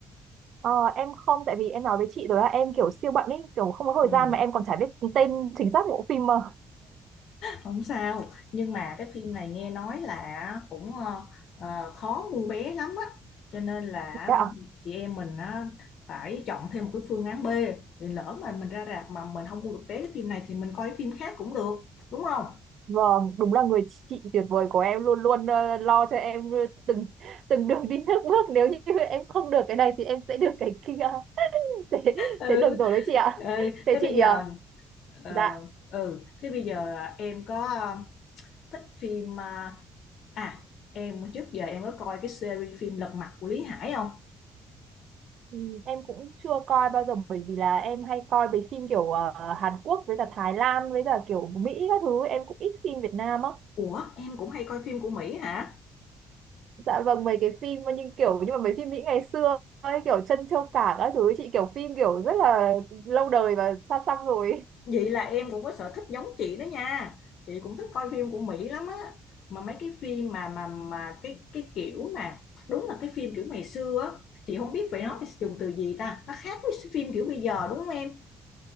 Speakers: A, on the right; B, on the left.
A: Ờ, em không tại vì em nói với chị rồi là em kiểu siêu bận ấy, kiểu không có thời
B: ừ,
A: gian mà em còn chả biết tên chính xác bộ phim mà.
B: không sao nhưng mà cái phim này nghe nói là cũng ờ, ờ, khó mua vé lắm á cho nên là
A: Thế
B: chị em mình á, phải chọn thêm một cái phương án B vì lỡ mà mình ra rạp mà mình không mua được vé cái phim này thì mình coi cái phim khác cũng được đúng không
A: Vâng, đúng là người chị tuyệt vời của em luôn luôn ờ, lo cho em từng từng đường đi nước bước, nếu như em không được cái này thì em sẽ được cái kia. <laughs> Thế,
B: ừ,
A: thế được rồi đấy chị ạ.
B: ừ
A: Thế
B: thế bây
A: chị
B: giờ
A: ờ,
B: ờ,
A: dạ
B: ừ thế bây giờ em có ờ, thích phim à, À, em trước giờ em có coi cái series phim Lật Mặt của Lý Hải không?
A: Ừ. em cũng chưa coi bao giờ bởi vì là em hay coi về phim kiểu ờ, Hàn Quốc với cả Thái Lan với cả kiểu Mỹ các thứ em cũng ít phim Việt Nam á
B: Ủa, em cũng hay coi phim của Mỹ hả?
A: dạ vâng mấy cái phim mà nhưng kiểu nhưng mà mấy phim Mỹ ngày xưa ấy, kiểu Trân Châu Cảng các thứ ấy, chị kiểu phim kiểu rất là lâu đời và xa xăm rồi
B: Vậy là em cũng có sở thích giống chị đó nha. Chị cũng thích coi phim của Mỹ lắm á. Mà mấy cái phim mà mà mà cái cái kiểu mà đúng là cái phim kiểu ngày xưa á, chị không biết phải nói dùng từ gì ta. Nó khác với phim kiểu bây giờ đúng không em?